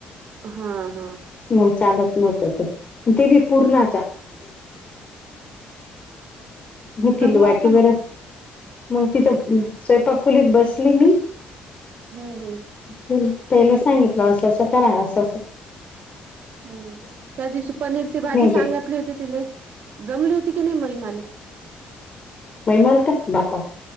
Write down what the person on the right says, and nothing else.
हा हा
जमला
होता
हम्म हम्
हम्म त्या दिवशी पनीरची भाजी सांगातली
होती तिला जमली होती की नाही महिमाले